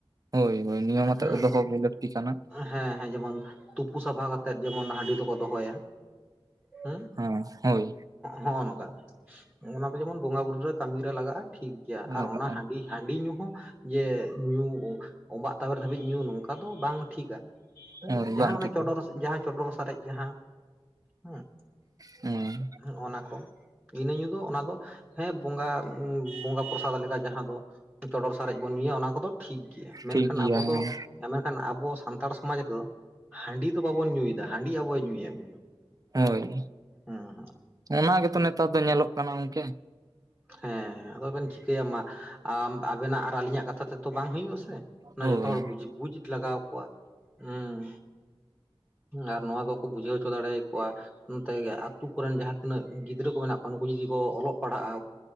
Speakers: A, on the right; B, in the centre.
A: ᱦᱳᱭ ᱦᱳᱭ ᱱᱤᱭᱚᱢ ᱟᱛᱮ
B: ᱦᱮᱸ
A: ᱫᱚᱦᱚ ᱜᱮ ᱞᱟᱹᱠᱛᱤ ᱠᱟᱱᱟ᱾
B: ᱦᱮᱸ ᱦᱮᱸ ᱡᱮᱢᱚᱱ ᱛᱩᱯᱩ ᱥᱟᱯᱷᱟ ᱠᱟᱛᱮᱜ ᱡᱮᱢᱚᱱ ᱦᱟᱺᱰᱤ ᱫᱚᱠᱚ ᱫᱚᱦᱚᱭᱟ᱾ <unintelligible>
A: ᱦᱮᱸ ᱦᱳᱭ
B: ᱦᱚᱜᱼᱚᱭ ᱱᱚᱝᱠᱟ ᱱᱚ ᱚᱱᱟᱛᱮ ᱡᱮᱢᱚᱱ ᱵᱚᱸᱜᱟ ᱵᱩᱨᱩ ᱨᱮ ᱠᱟᱹᱢᱤ ᱨᱮ ᱞᱟᱜᱟᱜᱼᱟ ᱴᱷᱤᱠ ᱜᱮᱭᱟ ᱟᱨ
A: ᱞᱟᱜᱟᱜᱼᱟ
B: ᱚᱱᱟ ᱦᱟᱺᱰᱤ ᱦᱟᱺᱰᱤ ᱧᱩ ᱦᱚᱸ ᱡᱮ ᱧᱩ ᱚᱵᱟᱸᱜ ᱛᱟᱵᱮᱨ ᱫᱷᱟᱹᱵᱤᱡ ᱧᱩ ᱱᱚᱝᱠᱟ ᱫᱚ ᱵᱟᱝ ᱴᱷᱤᱠᱟ ᱦᱮᱸ
A: ᱦᱳᱭ
B: ᱡᱟᱦᱟᱸ
A: ᱵᱟᱝ
B: ᱚᱱᱮ
A: ᱴᱷᱤᱠᱟ
B: ᱪᱚᱰᱚᱨ ᱡᱟᱦᱟᱸ ᱪᱚᱰᱚᱨ ᱥᱟᱨᱮᱡ ᱡᱟᱦᱟᱸ ᱦᱮᱸ
A: ᱦᱮᱸ
B: ᱦᱚᱜᱼᱱᱟ ᱠᱚ ᱤᱱᱟᱹ ᱧᱩ ᱫᱚ ᱚᱱᱟ ᱫᱚ ᱦᱮᱸ ᱵᱚᱸᱜᱟ ᱵᱚᱸᱜᱟ ᱯᱨᱚᱥᱟᱫᱽ ᱞᱮᱠᱟ ᱡᱟᱦᱟᱸ ᱫᱚ ᱪᱚᱰᱚᱨ ᱥᱟᱨᱮᱡ ᱵᱚᱱ ᱧᱩᱭᱟ ᱚᱱᱟ ᱠᱚᱫᱚ ᱴᱷᱤᱠ ᱜᱮᱭᱟ, ᱢᱮᱱᱠᱷᱟᱱ
A: ᱴᱷᱤᱠ ᱜᱮᱭᱟ
B: ᱟᱵᱚ
A: ᱦᱮᱸ
B: ᱫᱚ ᱢᱮᱱᱠᱷᱟᱱ ᱟᱵᱚ ᱥᱟᱱᱛᱟᱲ ᱥᱚᱢᱟᱡᱽ ᱨᱮᱫᱚ ᱦᱟᱺᱰᱤ ᱫᱚ ᱵᱟᱵᱚᱱ ᱧᱩᱭᱮᱫᱟ ᱦᱟᱺᱰᱤ ᱟᱵᱚᱭ ᱧᱩᱭᱮᱫ ᱵᱚᱱᱟ᱾
A: ᱦᱳᱭ
B: ᱦᱮᱸ
A: ᱚᱱᱟ ᱜᱮᱛᱚ ᱱᱮᱛᱟᱨ ᱫᱚ ᱧᱮᱞᱚᱜ ᱠᱟᱱᱟ ᱜᱚᱝᱠᱮ᱾
B: ᱦᱮᱸ ᱟᱫᱚᱵᱮᱱ ᱪᱤᱠᱟᱹᱭᱟ ᱢᱟ ᱵᱮᱱᱟᱜ ᱟᱨ ᱟᱹᱞᱤᱧᱟᱜ ᱠᱟᱛᱷᱟ ᱛᱮᱛᱚ ᱵᱟᱝ ᱦᱩᱭᱩᱜ ᱟᱥᱮ ᱚᱱᱟ
A: ᱦᱳᱭ
B: ᱡᱚᱛᱚ ᱦᱚᱲ ᱵᱩᱡᱽ ᱞᱟᱜᱟᱣ ᱠᱚᱣᱟ ᱦᱮᱸ ᱟᱨ ᱱᱚᱣᱟ ᱫᱚᱠᱚ ᱵᱩᱡᱷᱟᱹᱣ ᱦᱚᱪᱚ ᱫᱟᱲᱮᱭᱟ ᱠᱚᱣᱟ ᱱᱚ ᱛᱮ ᱟᱛᱳ ᱠᱚᱨᱮᱱ ᱡᱟᱦᱟᱸ ᱛᱤᱱᱟᱹᱜ ᱜᱤᱫᱽᱨᱟᱹ ᱠᱚ ᱢᱮᱱᱟᱜ ᱠᱚᱣᱟ᱾ ᱱᱩᱠᱩ ᱡᱩᱫᱤ ᱠᱚ ᱚᱞᱚᱜ ᱯᱟᱲᱦᱟᱜᱼᱟ᱾